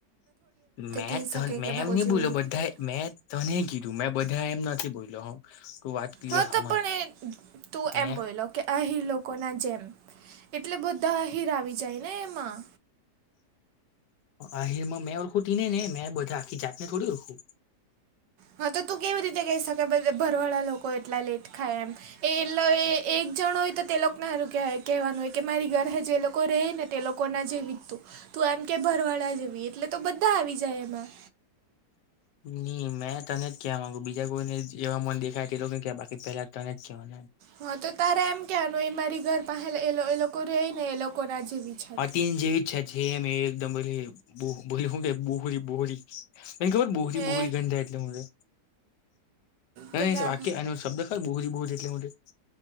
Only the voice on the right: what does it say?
કહી શકે
કે ભાગો
જેવું
રીતે
હા તો
પણ એ તું
એમબોયલો. કે અહી લોકો ના જેમ એટલે બધા અહીર આવી જાય ને એમાં.
હા તો તું કેવી રીતે કહી શકધ ભરવાળા લોકો એટલા લેટ ખાય એમ એ એલે એ. એક જણો હોય તો તે લોકોનેું કહેવાય કહેવાનું હોય કે મારી ઘરે જે લોકો રહે ને તે લોકોના જે વિતતું તું એમ કે ભરવાડા જવી એટલે તો બધા આવી જાય એમાં
હા તો તારેા એમ કહેવાનું એ મારી ઘર પાસેલા એ એ લોકો રહી ને એ લોકોના જેવી છત
એ
પેલા